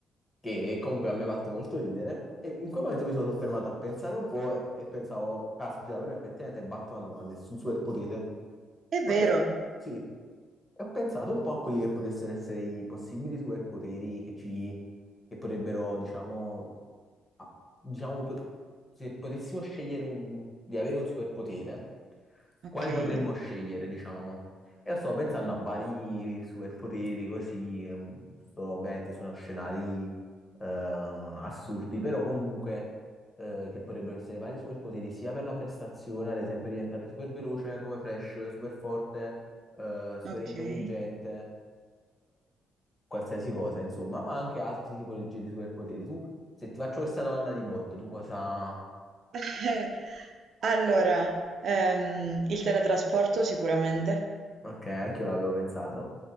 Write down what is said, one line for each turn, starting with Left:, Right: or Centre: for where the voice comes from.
Left: che comunque a me ha fatto molto ridere. E in quel momento mi sono soffermato a pensare un po' e pensavo, caspita, però effettivamente Batman non ha nessun superpotere.
Right: È vero.
Left: Ma pe- sì, e ho pensato un po' a quelli che potessero essere i possibili superpoteri che ci, che potrebbero, diciamo. Ah, diciamo, po- se potessimo scegliere un- di avere un superpotere, quali
Right: Okay,
Left: potremmo scegliere, diciamo? Io sto pensando a vari superpoteri così, ehm, sto- ovviamente sono scenari eh, assurdi, però comunque eh, che potrebbero essere vari superpoteri sia per la prestazione, ad esempio diventare super veloce come Flash, super forte, eh, super
Right: okay.
Left: intelligente, qualsiasi cosa, insomma, ma anche altri tipologie di superpoteri. Tu, se ti faccio questa domanda di botto, tu cosa...
Right: <laughs> Eh, Allora, ehm, il teletrasporto sicuramente,
Left: Ok, anche io l'avevo pensato.